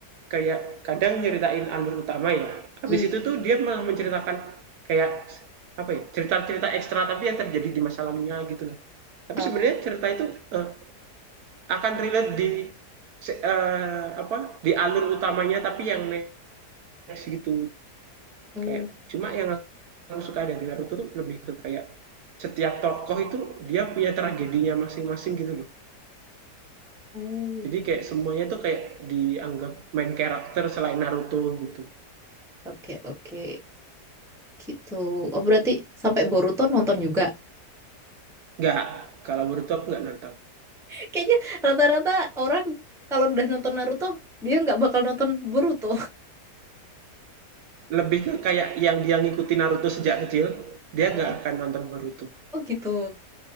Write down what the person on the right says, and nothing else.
kayak kadang nyeritain alur utama ya habis
itu tuh dia malah menceritakan kayak apa ya cerita-cerita ekstra tapi yang terjadi di masa lalunya gitu lah tapi
sebenarnya cerita itu eh, akan relate di se- eh, apa di alur utamanya tapi yang next gitu
kayak cuma yang aku suka dari Naruto tuh lebih ke kayak setiap tokoh itu dia punya tragedinya masing-masing gitu loh
jadi kayak semuanya tuh kayak dianggap main karakter selain Naruto gitu
nggak kalau Boruto aku nggak nonton
lebih ke kayak yang dia ngikutin Naruto sejak kecil dia
nggak akan nonton Boruto